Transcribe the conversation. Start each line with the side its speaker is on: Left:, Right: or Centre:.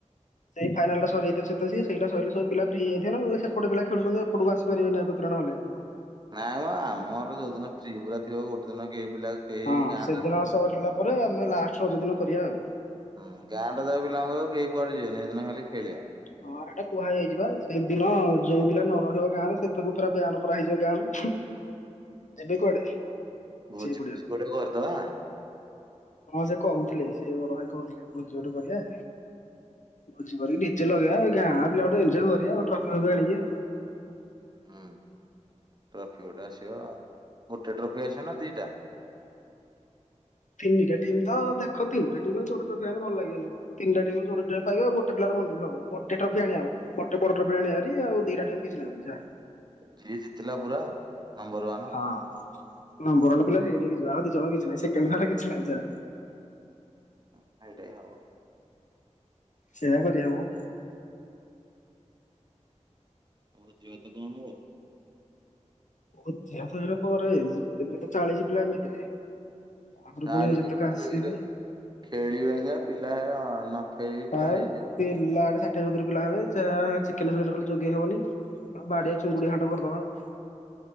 Left: ସେଇ ଫାଇନାଲ ଟା ସରିଯାଇଥିବ ସେ ସେଇଟା ସରଲେ ସବୁ ପିଲା ଫ୍ରି ହୋଇଯାଇଥିବେ ଓ ସେପଟେ ପିଲ ଖେଳୁଚନ୍ତି ଏପଟକୁ ଆସିପାରିବେନି ଆଗତୁରା ନହେଲେ।
Right: ନାଇଁ ମ ଆମ ଗାଁରୁ ଯୋଉଦିନ ଫ୍ରି ପୁରା ଥିବ ଗୋଟେ ଦିନ କେହି ପିଲା କେହି
Left: ହଁ,
Right: ଗାଁ
Left: ସେଦିନ ସରିଲା ପରେ ଆମେ ଲାଷ୍ଟ ରଜ ଦିନ କରିବା ଆଉ।
Right: ହୁଁ ଗାଁ ଟା ଯାକ ପିଲାଙ୍କୁ କହିବୁ କେହି କୁଆଡେଯିବେନି ସେଦିନ ଖାଲି ଖେଳିଆ।
Left: ହଁ, ଏଟା କୁହା ହେଇଯାଇଚି ବା। ସେଇଦିନ ଯୋଉ ପିଲା ନ ରହିବ ଗାଁ ରେ ସେତକୁ ପୁରା ବ୍ୟାନ୍ କରାହଇଯିବ ଗାଁ ରୁ। ଏବେ କୁଆଡେ?
Right: ଭୋଜି
Left: ପଡିଆକୁ।
Right: ଫୋଜି ଗୋଟେ କରିଦବା
Left: ହଁ ସେ କହୁଥିଲେ ସେ ବଡ ଭାଇ କହୁଥିଲେ ଭୁଜି ଗୋଟେ କରିବା। ଭୁଜି କରିକି ଡିଜେ ଲଗେଆ ଗାଁ ପିଲା ଗୋଟେ ଏନ୍ଞ୍ଜଏ କରିବା ଟ୍ରଫି ଫପୀ ଆଣିକି।
Right: ହୁଁ, ଟ୍ରଫି ଗୋଟେ ଆସିବ ଗୋଟେ ଟ୍ରଫି ଆସିବ ନା ଦି ଟା?
Left: ତିନିଟା ଟିମ ତ ଦେଖ ତିନି ଟା ଟିମ୍ ଛୋଟ ଟ୍ରଫି ଆଣିଲେ ଭଲ ଲାଗିବନିି ମ। ତିନଟା ଟିମ ରୁ ଯୋଡେ ଟୋକା ପାଇବେ ଆଉ ଗୋଟ ପିଲାର ମନଦୁଖ ହବ ଗୋଟ ଟ୍ରଫି ଆଣି ହବ। ଗୋଟେ ବଡ଼ ଟ୍ରଫି ଆଣିବା ହେରି ଆଉ ଦିଟା ଟିମ୍ କିଛି ନେବନି ଯା।
Right: ଯିଏ ଜିତିଲା ପୁରା ଆଉ ନମ୍ବର ୱାନ୍।
Left: ହଁ, ନମ୍ୱରୱନ ପିଲା ହେଇଗଲେ ହେଇଯିବ ଆଉ ଦିଜଣ କିଛି ନାହିଁ ସେକେଣ୍ଡ ର୍ଥାର୍ଡ କିଛିନାହିଁ ଯା।
Right: <unintelligible>
Left: ସେଇଆ କରିବା ମ।
Right: ଭୋଜିଭାତ କଣ ହବ?
Left: ଭୋଜି <unintelligible> ପରେ ଏବେ ତ ଚାଳିଶ ପିଲା ଏମିତିରେ ଆହୁରି
Right: ଚାଳିଶ
Left: ପୁଣି ଯେତେକ
Right: ଖେଳିଲେ
Left: ଆସିବେ
Right: <unintelligible> ପିଲା
Left: ଆଉ
Right: ହେଇଯିବେ।
Left: ପିଲା ଆଡେ ସା ସଠୀଏ ସତୁରି ପିଲା ହେବେ ଯହା ଚିକେନ ଫିକେନ କଲେ ଯୋଗେଇ ହବନି ଗୋଟେ ବାଡିଆ
Right: ନାଇଁ
Left: ଚୁଙ୍ଗୁଡି ଘାଣ୍ଟ କରିଦବା ଆଉ।